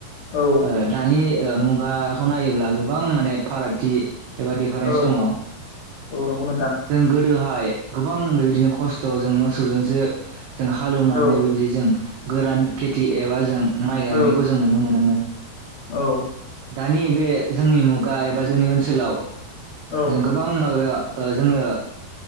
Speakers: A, on the left; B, on the right.
A: औ
B: ओ दानि ओ मुगाखौ नायोब्ला गोबां माने फारागथि एबा डिफारेन्स
A: औ
B: दंङ
A: औ नंगौ नों
B: जों गोद दोहाय गोबां बेबायदिनो खस्थ' जों मोसौजोंसो जों हालेवनानै
A: औ
B: बेबायदि जों गोरान खेथि एबा जों माइ
A: औ
B: गायनायखौ जों नुनो मोनोमोन
A: औ
B: दानि बे जोंनि मुगा एबा जोंनि ओनसोलाव
A: औ
B: जों गोबां माबाया ओ जोङो